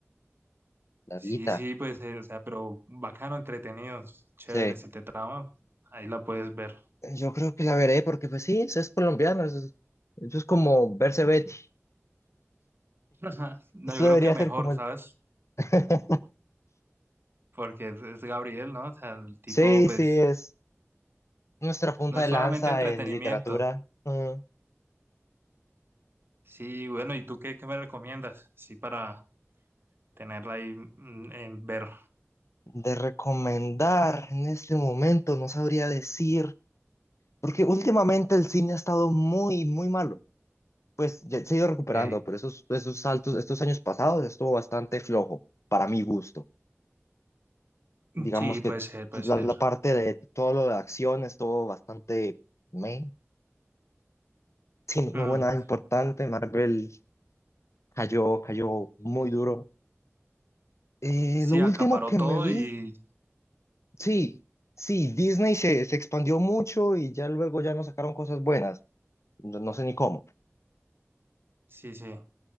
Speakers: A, on the left (about 75°); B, on the right (about 50°).
A: larguita.
B: Sí, sí, pues, eh, o sea, pero bacano, entretenidos, chévere.
A: Sí,
B: Si te trama, ahí la puedes ver.
A: yo creo que la veré porque pues sí, eso es colombiano, eso es, eso es como verse Betty.
B: Ajá. <laughs> No,
A: Eso
B: yo creo
A: debería
B: que mejor,
A: ser como el...
B: ¿sabes?
A: <laughs>
B: Porque es, es Gabriel, ¿no? O sea, el tipo,
A: Sí,
B: pues,
A: sí, es nuestra punta
B: no es
A: de
B: solamente
A: lanza
B: entretenimiento.
A: en literatura. Mm.
B: Sí, bueno, ¿y tú qué, qué me recomiendas? Sí, para tenerla ahí mm, en ver.
A: De recomendar en este momento, no sabría decir, porque últimamente el cine ha estado muy, muy malo. Pues ya se ha ido recuperando,
B: Ok.
A: pero esos, esos saltos, estos años pasados estuvo bastante flojo, para mi gusto. Digamos
B: Sí,
A: que
B: puede ser, puede
A: la,
B: ser.
A: la parte de todo lo de acción estuvo bastante meh. Sí,
B: Mm,
A: no hubo nada importante. Marvel cayó, cayó muy duro. Eh,
B: Sí,
A: lo último
B: acaparó
A: que
B: todo
A: me vi,
B: y
A: sí. Sí, Disney se, se expandió mucho y ya luego ya no sacaron cosas buenas. no no sé ni cómo.
B: sí, sí.